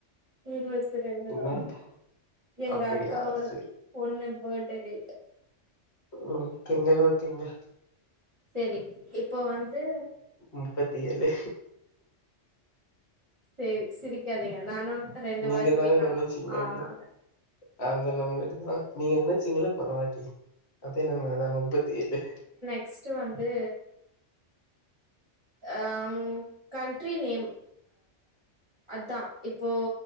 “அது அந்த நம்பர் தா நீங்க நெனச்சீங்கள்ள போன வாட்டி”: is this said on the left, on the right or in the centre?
Left